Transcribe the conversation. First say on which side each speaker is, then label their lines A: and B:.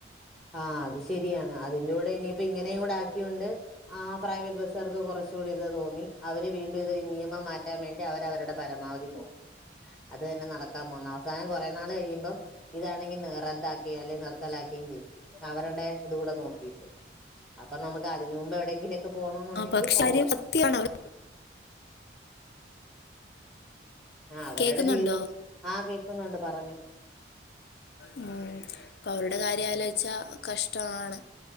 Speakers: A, in the centre; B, on the left.
A: ആ അത് ശെരിയാണ് അതിന്റൂടെ ഇനീപ്പോ ഇങ്ങനേം കൂടെ ആക്കിയൊണ്ട് ആ പ്രൈവറ്റ് ബസ്സ്കാർക്ക് കൊറച്ചൂടി തോന്നി അവര് വീണ്ടും ഇത് നിയമം മാറ്റാൻ വേണ്ടി അവരവര്ടെ പരമാവധി നോക്കു അത് തന്നെ നടക്കാൻ പോക്ന്നെ, അവസാനം കൊറേ നാൾ കഴിയുമ്പം ഇതാണെങ്കി റദ്ദാക്കയും അല്ലെ നിർത്തലാക്കയും ചെയ്യും. അവര്ടെ ഇതൂടെ നോക്കിട്ടു, അപ്പൊ നമുക്ക് അതിന് മുമ്പ് എവിടെങ്കിലൊ പോണോന്നുണ്ടെങ്കീ
B: ആ പക്ഷെ
A: പോവാ
B: കാര്യം സത്യമാണ് അവർ
A: ആ അവരടെ
B: കേൾക്കുന്നുണ്ടോ
A: ജീവിതം, ആ കേക്കുന്നുണ്ട് പറഞ്ഞോ
B: ഉം പ്പൊ അവരുടെ കാര്യാലോയിച്ചാ കഷ്ടവാണ്.